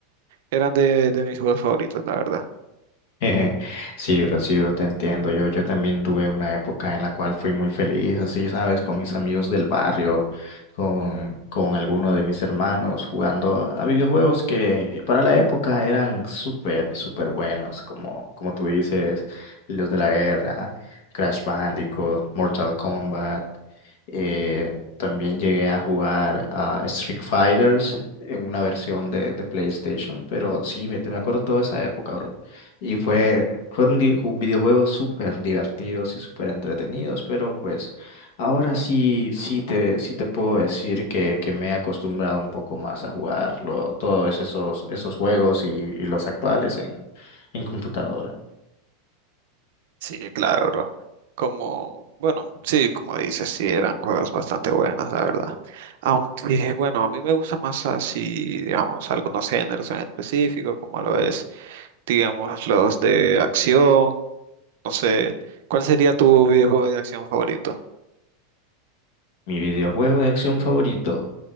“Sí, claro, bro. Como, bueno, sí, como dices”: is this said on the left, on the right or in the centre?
Right